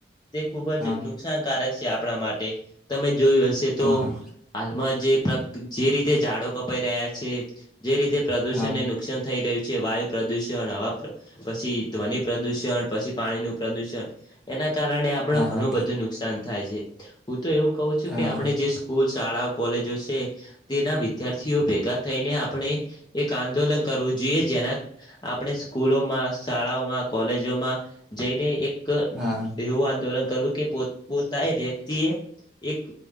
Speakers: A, on the left; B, in the centre.
A: તે ખૂબ
B: હા
A: જ નુકસાન <unintelligible> આપણા માટે તમે જોયું હશે
B: હા
A: તો
B: હા
A: હાલમાં જમા જે જે રીતે ઝાડો કપાઈ રહ્યા છે, જે રીતે પ્રદુષણને
B: હા
A: નુકસાન થઈ રહ્યું છે. છે વાયુ પ્રદુષણ, હવા પછી, ધ્વનિ પ્રદૂષણ, પછી પાણીનું પ્રદુષણ એના કારણે આપણે
B: હા
A: ઘણું
B: હા
A: બધું નુકસાન થાય છે, હું તો એવું કહું છું
B: હા
A: કે આપણે જે સ્કૂલ શાળાઓ, કોલેજો છે તેના વિદ્યાર્થીઓ ભેગા થઈને આપણે એક આંદોલન કરવું જે જેના આપણે સ્કૂલોમાં, શાળાઓમાં, કોલેજોમાં જઈને એક
B: હા
A: એવું આંદોલન કરવું કે પોતાએ વ્યક્તિએ એક